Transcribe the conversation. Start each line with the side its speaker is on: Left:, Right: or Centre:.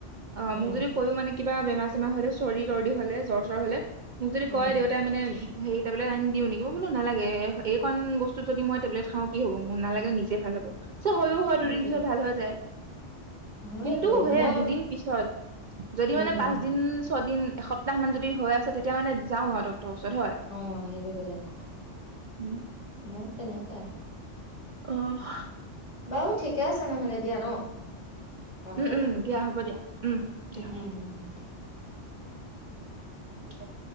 Right: অ
Left: উম
Right: মোক যদি কয়ও মানে কিবা বেমাৰ চেমাৰ হলে চৰ্দি তৰ্দি হলে জ্বৰ চ্বৰ হলে মোক যদি
Left: উম
Right: কয় দেউতাই মানে সেই টেবলেট আনি দিওঁ নেকি মই বোলো নালাগে এইকণ বস্তুত যদি মই টেবলেট খাওঁ কি হ'ব মোৰ নালাগে নিজে ভাল হ'ব চৌ হয়ও হয়
Left: সেইটোৱে
Right: দুদিন পিছত ভাল হৈ যায়
Left: সেইটোৱে
Right: কিন্তু সেয়া
Left: মই
Right: দুদিন পিছত যদি
Left: উম
Right: মানে
Left: উম
Right: পাঁচ দিন ছয়দিন এসপ্তাহ মান যদি হৈ আছে তেতিয়া যাওঁ আৰু ডক্তৰৰ ওচৰত হয়
Left: অঁ সেইটো বেলেগ কথা
Right: উম
Left: মোৰ তেনেকুৱাই
Right: আঁহ
Left: বাৰু ঠিকে আছে নহলে দিয়া ন ৰাখোঁ।
Right: উম উম দিয়া হ'ব দিয়া উম দিয়া
Left: উম হ'ব দিয়া।
Right: উম